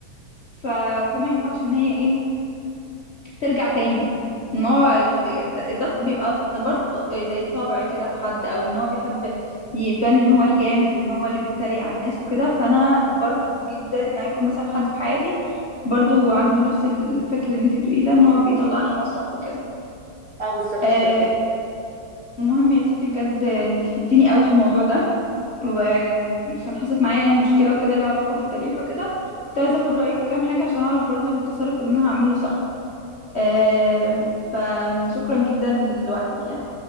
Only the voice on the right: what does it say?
اه بالظبط
كده